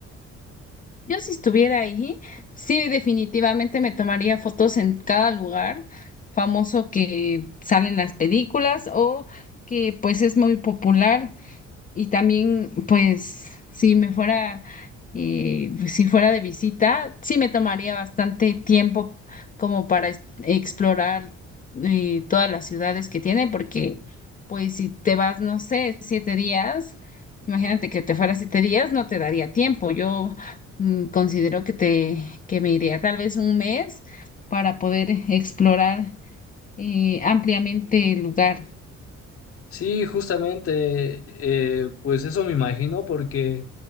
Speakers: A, on the left (about 30°); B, on the left (about 50°).
A: Yo si estuviera ahí, sí, definitivamente me tomaría fotos en cada lugar famoso que salen las películas o que pues es muy popular. Y también, pues, si me fuera, eh, pues, si fuera de visita, sí me tomaría bastante tiempo como para es- explorar eh, todas las ciudades que tiene, porque, pues, si te vas, no sé, siete días, imagínate que te fuera siete días, no te daría tiempo. Yo mm, considero que te, que me iría tal vez un mes para poder explorar eh, ampliamente el lugar.
B: Sí, justamente, eh, pues eso me imagino porque